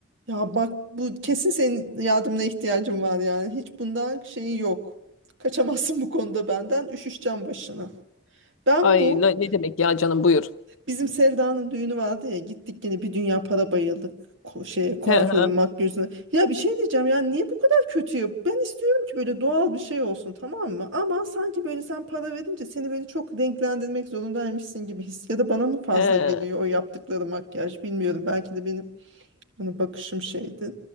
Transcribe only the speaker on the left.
Ay
ne, ne demek ya canım buyur.
He he
he.